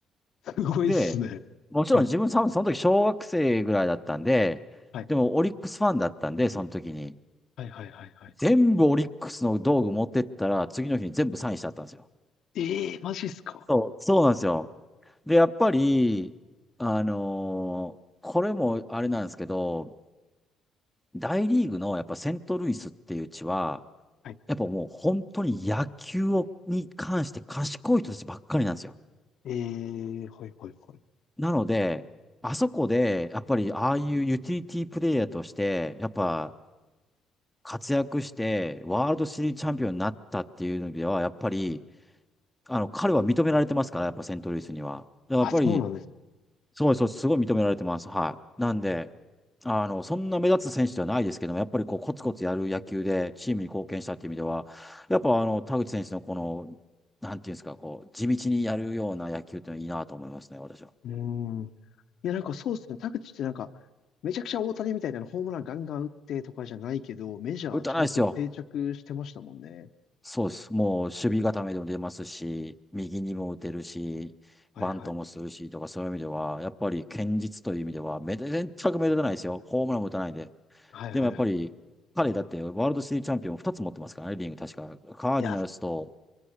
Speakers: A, on the left; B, in the centre.
A: すごいっすね。
B: で、もちろん自分、
A: はい。
B: その時小学生ぐらいだったんで、
A: はい。
B: でもオリックスファンだったんで、その時に。
A: はいはいはいはい。
B: 全部オリックスの道具持ってったら、次の日に全部サインしちゃったんですよ。
A: ええー、マジっすか。
B: そう、そうなんですよ。で、やっぱり、あのーこれもあれなんですけど、大リーグのやっぱセントルイスっていう地は、
A: はい。
B: やっぱもう本当に野球をに関して賢い人たちばっかりなんですよ。
A: ええー、はいはいはい。
B: なので、あそこで、やっぱりああいうユーティリティプレイヤーとして、やっぱ活躍して、ワールドシリーズチャンピオンになったっていうのでは、やっぱり、あの、彼は認められてますから、やっぱセントルイスには。だからやっぱり、
A: あ、そうなんです
B: そうですそうです、すごい認められてます。はい。なんで、あの、そんな目立つ選手ではないですけども、やっぱりこう、コツコツやる野球でチームに貢献したっていう意味では、やっぱあの、田口選手のこの、なんていうんですか、こう、地道にやるような野球っていうのはいいなと思いますね、私は。
A: ね。うーん。いやなんかそうっすね。田口ってなんか、めちゃくちゃ大谷みたいなホームランガンガン打ってとかじゃないけど、メジャーちゃんと定着してましたもんね。
B: 打たないですよ。そうです。もう、守備固めでも出ますし、右にも打てるし、
A: はいはい。
B: バントもするしとか、そういう意味では、やっぱり堅実という意味では、めで、全く目立たないですよ。ホームランも打たないんで。
A: はいはいはい。
B: でもやっぱり、彼だってワールドシリーズチャンピオン2つ持ってますからね、リング確か。カーディナルスと、
A: いや、